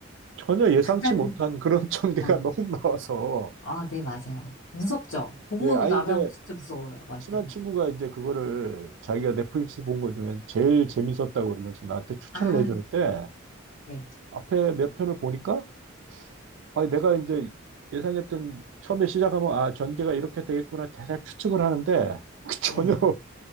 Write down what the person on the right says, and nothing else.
전혀 예상치
못한
그런 <laughs> 전개가
너무 나와서,
예, 아니,
근데
친한 친구가 이제 그거를 자기가 넷플릭스 본 거 중에서 제일 재밌었다고 그러면서 나한테 추천을
해줬는데,
앞에 몇 편을 보니까, 아니, 내가 이제 예상했던, 처음에 시작하면, 아, 전개가 이렇게 되겠구나, 대략 추측을 하는데, <laughs>
전혀